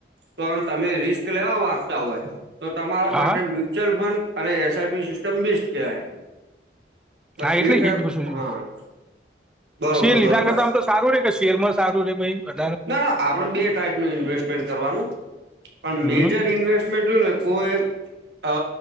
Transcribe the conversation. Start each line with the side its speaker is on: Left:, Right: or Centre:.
Right: પણ તમે રિસ્ક લેવા માગતા હોય. તો તમારા માટે
Centre: હા હા
Right: મ્યુચ્યુઅલ ફંડ અને S I P system best કહેવાય. બ
Centre: હા એટલે
Right: એ ત
Centre: જ પૂછું છું
Right: હા. બરોબર
Centre: શેર લીધા
Right: બરોબર
Centre: કરતા આમ તો સારું રે કે શેરમાં સારું રે ભાઈ વધારે
Right: ના ના આપડે બે ટાઈપ ન ઇન્વેસ્ટ. કરવાનું પણ મેજર
Centre: હમ
Right: ઇન્વેસ્ટમેન્ટ જોય ને કોઈ. અ